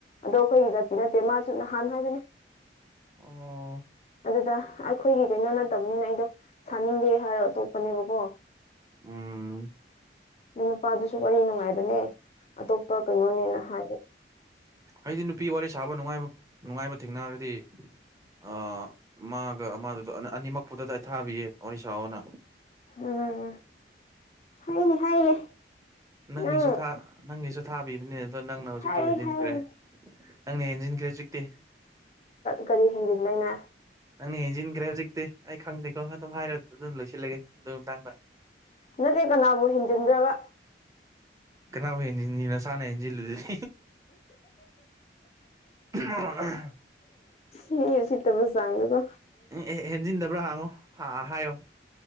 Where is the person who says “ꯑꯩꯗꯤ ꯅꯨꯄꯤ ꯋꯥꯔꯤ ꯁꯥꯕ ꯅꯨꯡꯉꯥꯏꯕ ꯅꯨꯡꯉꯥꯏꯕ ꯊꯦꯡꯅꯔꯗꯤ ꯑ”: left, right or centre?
Right